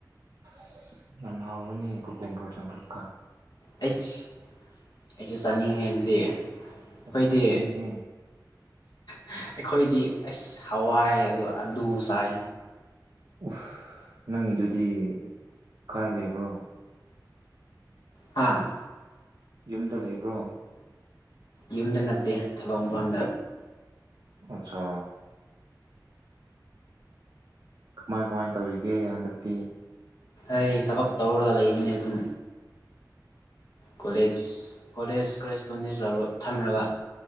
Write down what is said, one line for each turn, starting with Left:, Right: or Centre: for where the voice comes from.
Right: ꯑꯁ ꯌꯥꯝ ꯍꯥꯎꯕꯅꯤ ꯀꯨꯀꯣꯝꯕꯣꯔ ꯆꯝꯐꯨꯠꯀ
Left: ꯑꯩꯁ ꯑꯩꯁꯨ ꯆꯥꯅꯤꯡꯉꯦ ꯑꯗꯨꯗꯤ ꯑꯩꯈꯣꯏꯗꯤ
Right: ꯑꯁ ꯍꯧꯕꯅꯤꯍꯦ
Left: ꯑꯁ ꯑꯩꯈꯣꯏꯗꯤ ꯍꯋꯥꯏ ꯑ ꯑꯥꯂꯨ ꯆꯥꯏ
Right: ꯎꯐ ꯅꯪꯒꯤꯗꯨꯗꯤ ꯀꯥꯏ ꯂꯩꯕ꯭ꯔꯣ
Left: ꯍꯥꯥ
Right: ꯌꯨꯝꯗ ꯂꯩꯕ꯭ꯔꯣ
Left: ꯌꯨꯝꯗ ꯅꯠꯇꯦ ꯊꯕꯛ ꯃꯪꯐꯝꯗ
Right: ꯑꯆꯥ ꯀꯃꯥꯏ ꯀꯃꯥꯏ ꯇꯧꯔꯤꯒꯦ ꯍꯟꯗꯛꯇꯤ
Left: ꯑꯩ ꯊꯕꯛ ꯇꯧꯔꯒ ꯂꯩꯕꯅꯦ ꯑꯗꯨꯝ ꯀꯣꯂꯦꯖ ꯀꯣꯂꯦꯖ ꯀꯣꯔꯔꯦꯁꯄꯣꯟꯗꯦꯟ ꯊꯝꯃꯒ